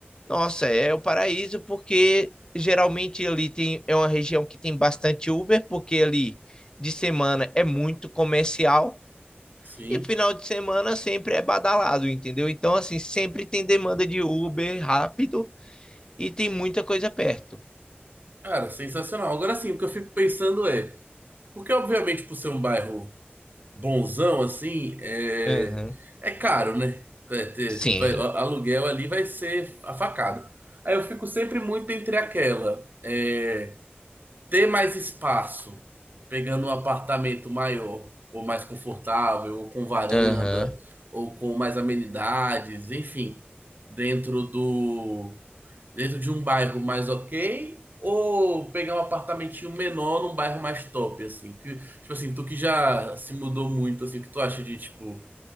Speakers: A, on the left; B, on the right.
A: nossa, é o paraíso, porque geralmente ali tem, é uma região que tem bastante Uber, porque ali de semana é muito comercial
B: Sim.
A: e final de semana sempre é badalado, entendeu? Então, assim, sempre tem demanda de Uber rápido e tem muita coisa perto.
B: Cara, sensacional. Agora sim, o que eu fico pensando é, porque obviamente por ser um bairro bonzão, assim, é,
A: Aham.
B: é caro, né? É, ter-
A: Sim.
B: vai- a- aluguel ali vai ser a facada. Aí eu fico sempre muito entre aquela. é, ter mais espaço, pegando um apartamento maior, ou mais confortável, ou com varanda,
A: Aham.
B: ou com mais amenidades, enfim, dentro do dentro de um bairro mais ok, ou pegar um apartamentinho menor num bairro mais top, assim, que tipo assim, tu que já se mudou muito, assim, o que tu acha de tipo